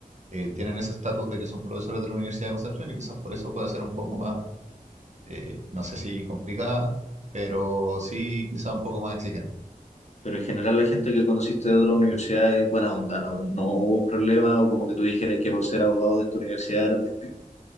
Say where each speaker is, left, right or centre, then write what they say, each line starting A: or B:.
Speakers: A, on the right; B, on the left.
A: eh, tienen ese estatus de que son profesores de la Universidad de Concepción y quizás por eso pueda ser un poco más, eh, no sé si complicada, pero sí quizás un poco más exigente.
B: Pero en general la gente que conociste de otras universidades es buena onda, ¿no? No hubo un problema o como que tú dijeras que por ser abogado de esta universidad eran distintos.